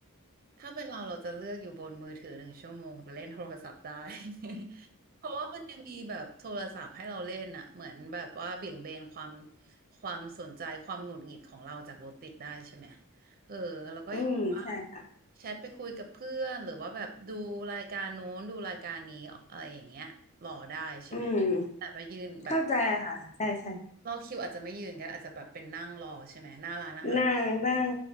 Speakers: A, on the right (about 40°); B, on the left (about 30°).
A: ถ้าเป็นเราเราจะเลือกอยู่บนมือถือหนึ่งชั่วโมงแต่เล่นโทรศัพท์ได้ <laughs> เพราะว่ามันยังมีแบบโทรศัพท์ให้เราเล่นอ่ะเหมือนแบบว่าเบี่ยงเบนความความสนใจความหงุดหงิดของเราจากรถติดได้ใช่ไหมเออแล้วก็ยังแบบว่า
B: อืมใช่ค่ะ
A: แชทไปคุยกับเพื่อนหรือว่าแบบดูรายการโน้นดูรายการนี้อะไรอย่างเงี้ยรอได้ใช่ไหม
B: อืม
A: แต่ไปยืนแบบ
B: เข้าใจค่ะใช่ใช่
A: รอคิวอาจจะไม่ยืนก็อาจจะแบบเป็นนั่งรอใช่ไหมหน้าร้านอาหาร
B: นั่งนั่ง